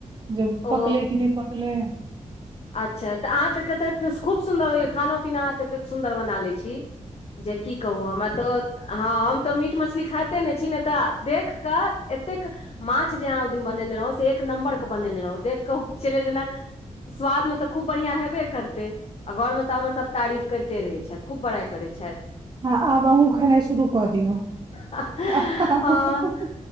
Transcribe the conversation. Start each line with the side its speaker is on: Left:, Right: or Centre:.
Right: जे
Left: ओ
Right: पकलै कि नै पकलै। <inaudible>
Left: अच्छा, त अहाँ त कत खूब सुन्दर होइए, खानो पीना अहाँ त एतेक सुन्दर बना लैत छी। जे की कहु, हमरा त हँ, हम त मीट मछली खाइते नै छी, नै त देखि क एतेक मांछ जे अहाँ ओइ दिन बनेने रहौ, से एक नम्बर के बनेने रहौं, देख क होइ छलै जेना स्वाद मे त खूब बढ़िआं हेबे करतै। आ घरमे त हमर, सब तारीफ करिते रहै छैथ, खूब बड़ाइ करै छैथ।
Right: आब, अहुँ खेनाइ शुरू क दियौ,
Left: हँ
Right: ह- ह- ह- ह,